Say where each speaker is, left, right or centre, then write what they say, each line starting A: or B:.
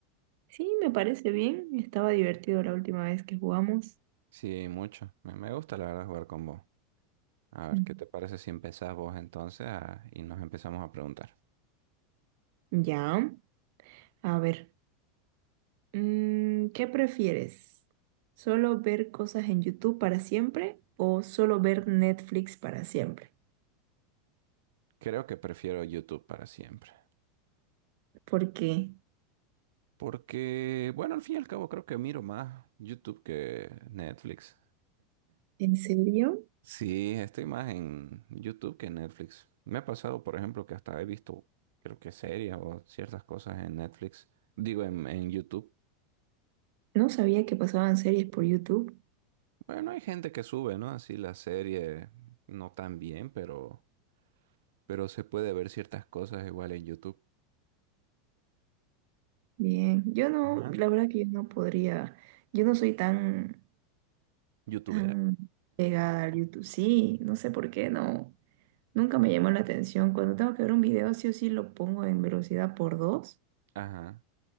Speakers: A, on the right (about 55°); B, on the right (about 70°).
A: Sí, me parece bien. Estaba divertido la última vez que jugamos.
B: Sí, mucho. Me, me gusta la verdad jugar con vos. A
A: <laughs>
B: ver, ¿qué te parece si empezás vos entonces a- y nos empezamos a preguntar?
A: Ya, a ver, mm, ¿qué prefieres? ¿Solo ver cosas en YouTube para siempre o solo ver Netflix para siempre?
B: Creo que prefiero YouTube para siempre.
A: ¿Por qué?
B: Porque, bueno, al fin y al cabo creo que miro más YouTube que Netflix.
A: ¿en serio?
B: Sí, estoy más en YouTube que en Netflix. Me ha pasado, por ejemplo, que hasta he visto, creo que series o ciertas cosas en Netflix. Digo, en, en YouTube.
A: No sabía que pasaban series por YouTube.
B: Bueno, hay gente que sube, ¿no? Así la serie no tan bien, pero, pero se puede ver ciertas cosas igual en YouTube.
A: Bien, yo no,
B: Ajá.
A: la verdad que yo no podría, yo no soy tan,
B: YouTubera.
A: tan pegada al YouTube. Sí, no sé por qué no. Nunca me llamó la atención. Cuando tengo que ver un video, sí o sí lo pongo en velocidad por 2
B: Ajá.